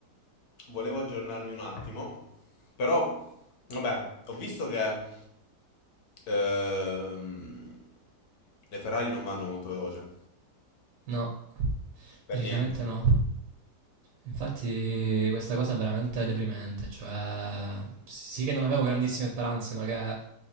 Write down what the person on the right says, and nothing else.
No,
decisamente
no. Infatti questa cosa è veramente deprimente, cioè sì che non avevo grandissime speranze, ma che